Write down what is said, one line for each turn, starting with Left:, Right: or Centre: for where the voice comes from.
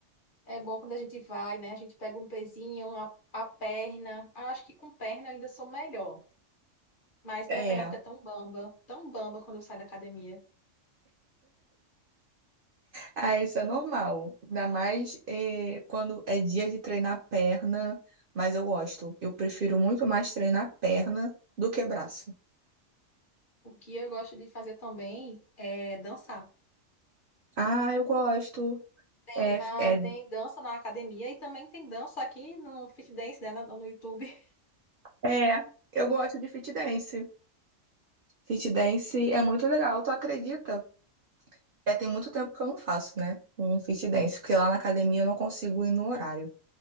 Left: É bom quando a gente vai, né? A gente pega um pezinho, a, a perna. Eu acho que com perna eu ainda sou melhor. Mas minha
Right: É.
Left: perna fica tão bamba, tão bamba quando eu saio da academia.
Right: Ah, isso é normal. Ainda mais eh, quando é dia de treinar perna, mas eu gosto. Eu prefiro muito mais treinar perna do que braço.
Left: O que eu gosto de fazer também é dançar.
Right: Ah, eu gosto.
Left: Tem,
Right: É,
Left: na,
Right: é,
Left: tem dança na academia e também tem dança aqui no Fit Dance, né, na- no YouTube. <laughs>
Right: é. Eu gosto de fit dance. Fit dance é muito legal, tu acredita? É, tem muito tempo que eu não faço, né? Um fit dance, porque lá na academia eu não consigo ir no horário.